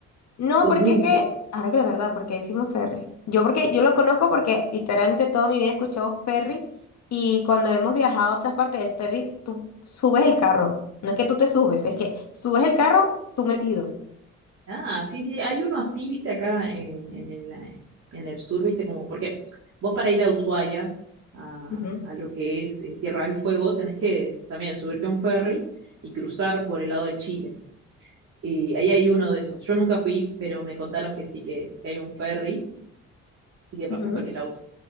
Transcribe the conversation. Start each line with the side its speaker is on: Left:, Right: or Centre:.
Left: No,
Right: o
Left: porque
Right: buque.
Left: es que, ahora que la verdad, porque decimos Ferry. Yo porque yo lo conozco porque literalmente toda mi vida he escuchado Ferry y cuando hemos viajado a otras partes del ferry, tú subes el carro. No es que tú te subes, es que subes el carro tú metido.
Right: Ah, sí, sí, hay uno así, viste, acá en, en, el, en el sur, viste, como, porque vos para ir a Ushuaia, a,
Left: Ujú,
Right: a lo que es eh, Tierra del Fuego, tenés que también subirte a un ferry y cruzar por el lado de Chile. Y ahí hay uno de esos. Yo nunca fui, pero me contaron que sí, que, que hay un ferry y que pasas
Left: ujú.
Right: con el auto.